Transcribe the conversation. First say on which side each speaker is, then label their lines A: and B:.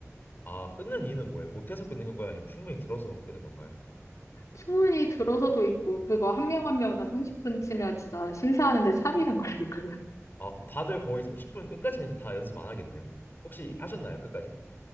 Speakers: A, on the left; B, on the left.
A: 아, 끊는 이유는 뭐예요? 못해서 끊는 건가요? 아니면 충분히 들어서 끊는 건가요?
B: 충분히 들어서도 있고 그거 한 명 한 명 다 30분 치면 진짜 심사하는데 3일은 걸릴걸요?
A: 아, 그럼 다들 거의 30분 끝까지는 다 연습 안 하겠네요. 혹시 하셨나요, 끝까지?